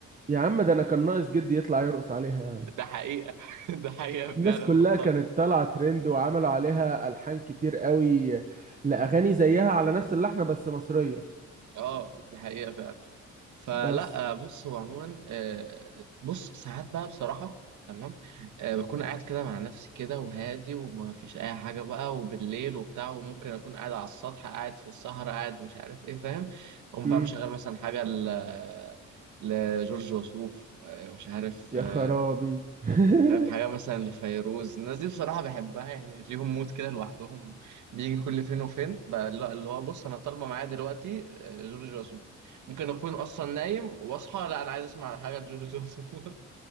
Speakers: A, on the right; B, on the right.
A: يا عم ده انا كان ناقص جدي يطلع يرقص عليها يا عم
B: ده حقيقه <laughs> ده حقيقه فعلا
A: الناس كلها
B: والله
A: كانت طالعه ترند وعملوا عليها الحان كتير قوي لاغاني زيها على نفس اللحن بس مصريه
B: اه دي حقيقة فعلا فلا
A: بس
B: بص هو عموما آه، بص ساعات بقى بصراحة تمام آه، بكون قاعد كده مع نفسي كده وهادي وما فيش أي حاجة بقى وبالليل وبتاع وممكن أكون قاعد على السطح قاعد في السهرة قاعد مش عارف إيه فاهم أقوم
A: امم
B: بقى مشغل مثلا حاجة ل- لجورج وسوف آه، مش عارف
A: يا
B: آه،
A: خرابي <laughs>
B: فاهم حاجة مثلا لفيروز الناس دي بصراحة بحبها يعني ليهم مود كده لوحدهم بيجي كل فين وفين بقى لا- اللي هو بص أنا طالبة معايا دلوقتي آه، جورج وسوف ممكن أكون أصلا نايم وأصحى لا أنا عايز أسمع حاجة لجورج وسوف